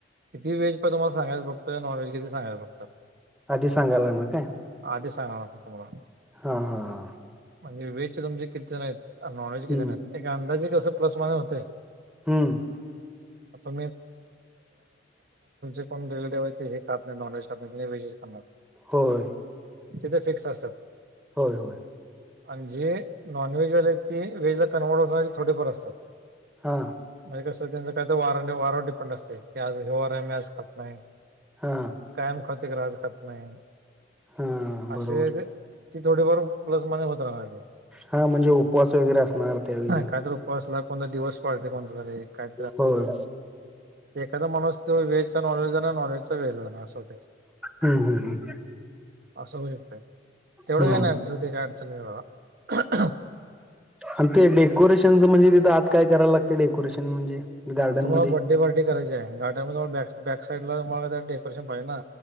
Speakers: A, on the right; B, in the centre.
A: किती व्हेज प तुम्हाला सांगयं फक्त नॉन व्हेज किती सांगायच फक्त.
B: आधी सांगायला ना काय
A: <unintelligible>
B: हा हा हा
A: म्हणजे व्हेजचे तुमचे कितीजन आहेत नॉन व्हेज कितीजन
B: हम्म
A: आहेत. एक अंदाजे कसं प्लस मायनस होते.
B: हम्म!
A: <unintelligible> आमचे कोण रिलेटिव्ह आहेत ते. घातले ते नॉनव्हेज खात ते व्हेजिट खाणार.
B: होय.
A: तिथे फिक्स असत्यात.
B: होय, होय.
A: आणि जे नॉनव्हेजवाले आहेत ते व्हेज ला कन्व्हर्ट होणार ते थोडेफार असतात.
B: हा.
A: म्हणजे कसं त्यांच काय तर वार वारवर डिपेंड असतते की आज ह्यव वार आहे मी आज खत नाही.
B: हा.
A: कायम खातोय खरं आज खात नाही.
B: हा
A: अशी
B: बरोबर
A: जे ती थोडीफार प्लस मने होत राहणार.
B: हा म्हणजे उपवास वगैरे असणार त्यावेळी त्यानी
A: कायतरी उपासला कोणता दिवस पळते कोणता तरी काय,
B: होय
A: एखादा माणूस तो व्हेजचा नॉन व्हेजचा ना नॉन व्हेजचा वेहेज ना असं होते.
B: हम् हम् हम्.
A: असं होऊ शकत. तेवढं
B: हम्म
A: काय नाही अडचण ते काय अडचण नाही सोडा.
B: आणि ते डेकोेशनच म्हणजे तिथं आत काय कराय लागते डेकोरेशन म्हणजे, गार्डन
A: आ तुम्हाला
B: मध्ये
A: बथडे पार्टी करायची आहे. गार्डन बॅक साईड ला तुम्हाला त्या डेरेशन पाहिजे ना.